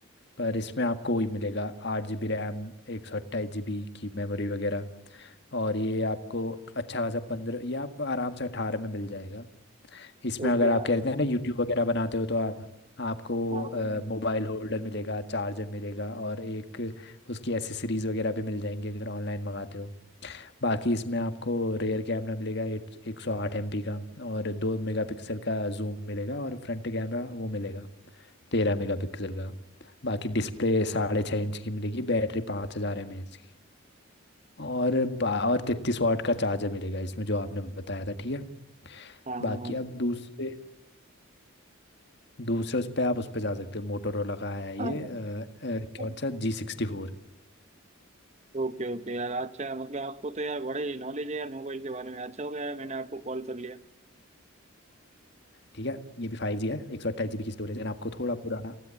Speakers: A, on the left (about 50°); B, on the right (about 30°).
A: पर इसमें आपको वही मिलेगा आठ जी बी रैम एक सौ अट्ठाईस जी बी की मेमोरी वगैरह और ये आपको अच्छा खासा पंद्रह ये आपको आराम से अठारह में मिल जाएगा इसमें
B: ओके
A: अगर
B: यार।
A: आप कह रहे थे ना यूट्यूब वगैरह बनाते हो तो आप आपको
B: हाँ
A: मोबाइल होल्डर मिलेगा चार्जर मिलेगा और एक उसकी एसेसरीज वगैरह भी मिल जाएंगी अगर ऑनलाइन मंगाते हो बाकी इसमें आपको रेयर कैमरा मिलेगा एक एक सौ आठ एम पी का और दो मेगापिक्सल का जूम मिलेगा और फ्रंट कैमरा वो मिलेगा तेरह मेगापिक्सल का बाकी डिस्प्ले साढ़े छः इंच की मिलेगी बैटरी पाँच हज़ार एम एच की और बा- और तैतीस वाट का चार्जर मिलेगा इसमें जो आपने बताया था ठीक है
B: हाँ
A: बाकी
B: हाँ
A: आप दूसरे दूसरे उस पर आप उस पर जा सकते हो मोटोरोला का है
B: हाँ
A: ये अ, अ,
B: हाँ।
A: कौन सा जी सिक्सटी फोर
B: ओके ओके यार अच्छा है। मतलब आपको तो यार बड़े ही नॉलेज है यार मोबाइल के बारे में अच्छा हो गया यार मैंने आपको कॉल कर लिया
A: ठीक है ये भी फाइव जी है एक सौ अट्ठाईस जी बी की स्टोरेज है and आपको थोड़ा पुराना